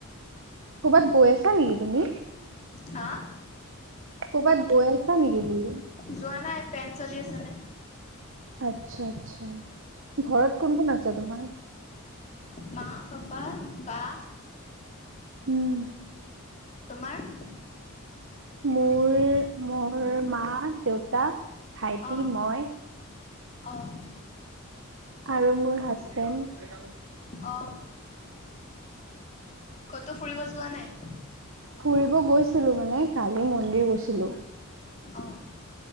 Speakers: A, on the right; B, on the left.
A: ক'ৰবাত গৈ আছা নেকি তুমি
B: হা
A: ক'ৰবাত গৈ আছা নেকি বোলে
B: যোৱা নাই ফেন চলি আছে
A: আচ্ছা আচ্ছা ঘৰত কোন কোন আছে তোমাৰ
B: মা পাপা বা
A: উম
B: তোমাৰ
A: মোৰ মোৰ মা দেউতা ভাইটি
B: অঁ
A: মই
B: অঁ
A: আৰু মোৰ হাজবেণ্ড
B: অ ক'তো ফুৰিব যোৱা নাই
A: ফুৰিব গৈছিলো মানে কালি মন্দিৰ গৈছিলো
B: অ